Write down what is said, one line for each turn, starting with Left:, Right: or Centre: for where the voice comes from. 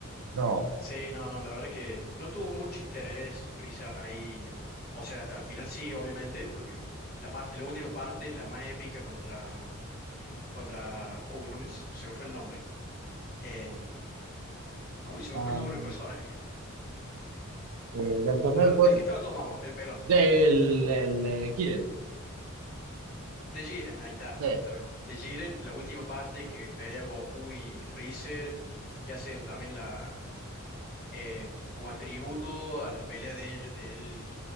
Right: No.
Left: Sí, no, no, la verdad que no tuvo mucho interés Frieza ahí. en- o sea, al final sí, obviamente, porque la parte, la última parte, la más épica contra, contra, uy, no me- se se me fue el nombre. Em, uy, se me
Right: Ah,
Left: fue el nombre del personaje.
Right: eh, del torneo
Left: Bueno,
Right: del poder.
Left: del que estaba todo mamo, el pelón.
Right: Del el, eh, Kiren.
Left: De Jiren, ahí está,
Right: Sí,
Left: justamente. De Jiren, la última parte que pelea Goku y Freezer, que hacen también la eh, como atributo a las peleas de él, de él,